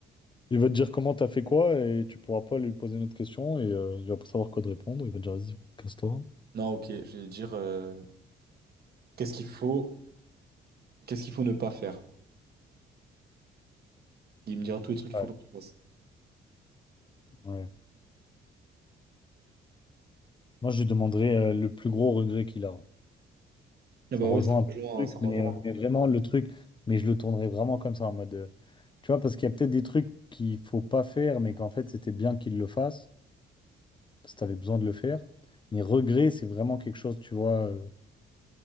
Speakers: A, on the left (about 25°); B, on the right (about 50°).
A: Il va te dire comment t'as fait quoi et tu pourras pas lui poser une autre question et euh, il va pas savoir quoi te répondre. Il va te dire, vas-y, casse-toi.
B: Non, ok, je vais dire euh, qu'est-ce qu'il faut, qu'est-ce qu'il faut ne pas faire. Il me dira tous les trucs qu'il
A: Ouais.
B: faut pas que tu fasses.
A: Ouais. Moi, je lui demanderais euh, le plus gros regret qu'il a.
B: Ah
A: Ça
B: bah
A: rejoint
B: ouais, ça
A: un peu
B: rejoint,
A: le
B: hein,
A: truc,
B: ça rejoint.
A: mais, euh, mais vraiment le truc, mais je le tournerais vraiment comme ça en mode, euh, tu vois, parce qu'il y a peut-être des trucs qu'il faut pas faire, mais qu'en fait, c'était bien qu'il le fasse, parce que t'avais besoin de le faire. Mais regret, c'est vraiment quelque chose, tu vois, euh,